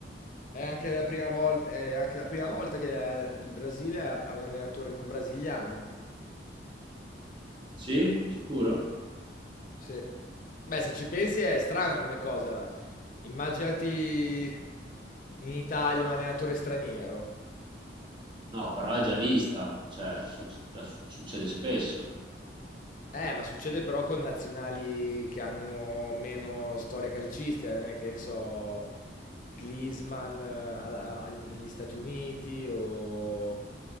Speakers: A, on the left (about 45°); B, on the right (about 25°).
A: È anche la prima volta, è anche la prima volta che eh, il Brasile ha ha un allenatore non brasiliano.
B: Sì? Sicuro?
A: Se- Beh, se ci pensi è strana come cosa. Immaginati in Italia un allenatore straniero.
B: No, però è già vista, cioè, suc- cioè, succede spesso.
A: Eh, ma succede però con nazionali che hanno meno storia calcistica, eh, che ne so, Klinsmann eh, a- a- negli Stati Uniti o